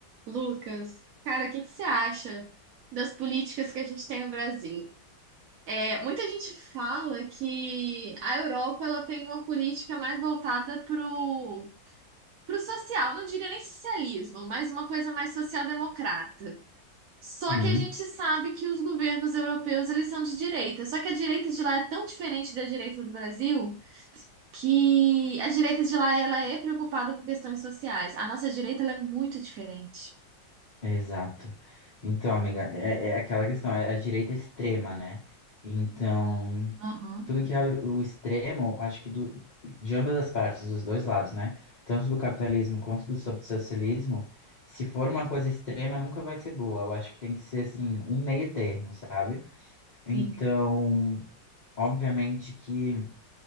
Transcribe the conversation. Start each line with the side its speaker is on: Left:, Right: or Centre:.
Right: Lucas, cara, o que que você acha das políticas que a gente tem no Brasil? É, muita gente fala que a Europa ela tem uma política mais voltada pro, pro social, não diria nem socialismo, mas uma coisa mais social-democrata. Só
Left: Uhum,
Right: que a gente sabe que os governos europeus eles são de direita. Só que a direita de lá é tão diferente da direita do Brasil que a direita de lá ela é preocupada com questões sociais. A nossa direita ela é muito diferente.
Left: exato. Então, amiga, é, é aquela questão, é a direita extrema, né? Então,
Right: Aham,
Left: tudo que é o, o extremo, acho que do, de ambas as partes, dos dois lados, né? Tanto do capitalismo quanto do sob- socialismo, se for uma coisa extrema, nunca vai ser boa. Eu acho que tem que ser, assim, um meio termo, sabe? Então,
Right: sim.
Left: obviamente que